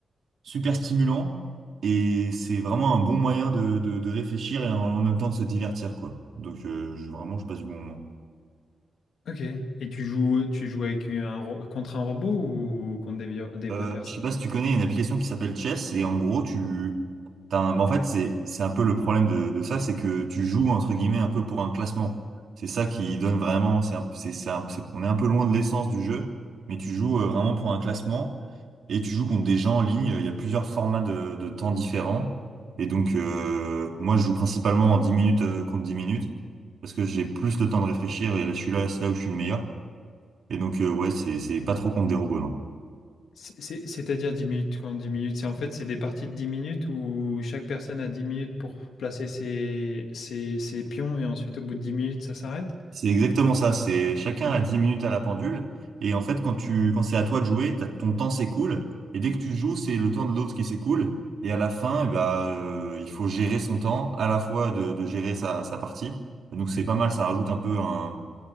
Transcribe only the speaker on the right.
super stimulant et c'est vraiment un bon moyen de, de, de réfléchir et en, en même temps de se divertir, quoi. Donc, euh, je, vraiment, je passe du bon moment.
Euh,
je sais pas si tu connais une application qui s'appelle Chess et en gros tu t'as un... bah, en fait c'est c'est un peu le problème de, de ça c'est que tu joues entre guillemets un peu pour un classement c'est ça qui donne vraiment c'est un- c'est c'est un- c'est- on est un peu loin de l'essence du jeu mais tu joues euh, vraiment pour un classement et tu joues contre des gens en ligne il y a plusieurs formats de, de temps différents et donc euh, moi je joue principalement en 10 minutes euh, contre 10 minutes parce que j'ai plus le temps de réfléchir et là je suis là c'est là où je suis le meilleur et donc euh, ouais c'est c'est pas trop contre des robots non
C'est exactement ça, c'est chacun a 10 minutes à la pendule et en fait quand tu quand c'est à toi de jouer, t'as, ton temps s'écoule et dès que tu joues, c'est le temps de l'autre qui s'écoule et à la fin, eh bah, euh, il faut gérer son temps à la fois de, de gérer sa, sa partie. Donc c'est pas mal, ça rajoute un peu un-